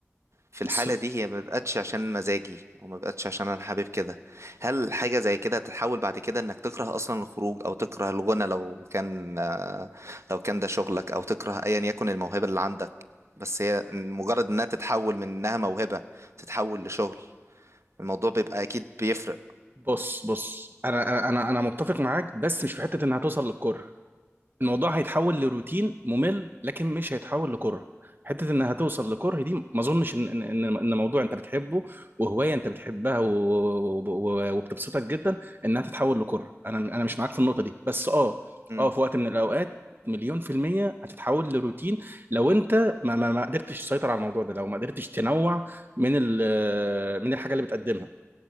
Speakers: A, on the right; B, on the right.
A: في الحالة
B: س-
A: دي هي ما بقتش عشان مزاجي او ما بقتش عشان انا حابب كده هل حاجة زي كده تتحول بعد كده انك تكره اصلا الخروج او تكره الغنى لو كان آه، لو كان ده شغلك او تكره ايا يكن الموهبة اللي عندك بس هي مجرد انها تتحول من انها موهبة تتحول لشغل الموضوع بيبقى اكيد بيفرق
B: بص بص انا انا انا أنا متفق معاك بس مش في حتة انها توصل للكره الموضوع هيتحول لروتين ممل لكن مش هيتحول لكره حته انها توصل لكره دي ما اظنش ان ان ان إن موضوع انت بتحبه وهوايه انت بتحبها و... و... وبتبسطك جدا انها تتحول لكره انا انا مش معاك في النقطه دي بس اه
A: مم.
B: اه في وقت من الاوقات مليون في المية هتتحول لروتين لو انت ما, ما, ما قدرتش تسيطر على الموضوع ده لو ما قدرتش تنوع من ال- من الحاجة اللي بتقدمها